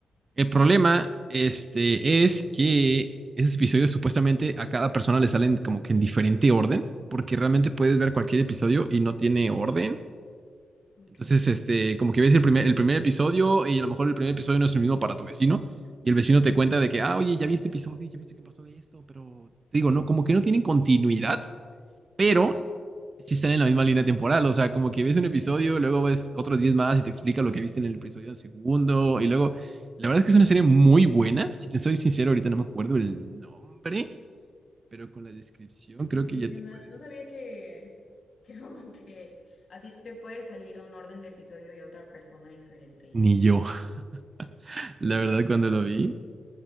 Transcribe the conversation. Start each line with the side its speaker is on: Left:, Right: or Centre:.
Right: El problema,
Left: Mm,
Right: este, es que esos episodios supuestamente a cada persona le salen como que en diferente orden, porque realmente puedes ver cualquier episodio y no tiene orden.
Left: ok.
Right: Entonces, este, como que ves el primer, el primer episodio y a lo mejor el primer episodio no es el mismo para tu vecino. Y el vecino te cuenta de que, ah, oye, ya vi este episodio, ya viste que pasó de esto, pero te digo, no, como que no tienen continuidad pero sí están en la
Left: Ajá.
Right: misma línea temporal. O sea, como que ves un episodio, luego ves otros 10 más y te explica lo que viste en el episodio del segundo. Y luego, la verdad es que es una serie muy buena. Si te soy sincero, ahorita no me acuerdo el nombre, pero con la descripción creo
Left: Oye,
Right: que ya
Left: ¿qué
Right: te
Left: onda?
Right: puedes.
Left: No sabía que, <laughs> que como que a ti te puede salir un orden de episodio y a otra persona diferente y
Right: Ni
Left: así.
Right: yo. <laughs> La
Left: Eso
Right: verdad,
Left: sí está
Right: cuando
Left: muy,
Right: lo vi,